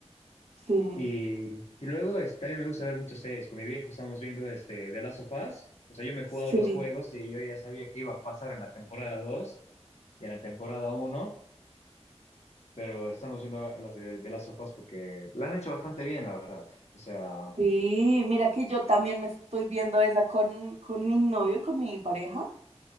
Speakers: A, on the right (about 65°); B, on the left (about 75°).
A: Sí,
B: Y, y luego es- también me gusta ver muchas series. Con mi viejo estamos viendo este, The Last of Us. O sea, yo me he jugado
A: sí,
B: los juegos y yo ya sabía que iba a pasar en la temporada dos. y en la temporada uno pero estamos viendo las de, de Last of Us porque la han hecho bastante bien, la verdad. O sea,
A: sí. Mira que yo también me estoy viendo esa con, con mi novio, con mi pareja.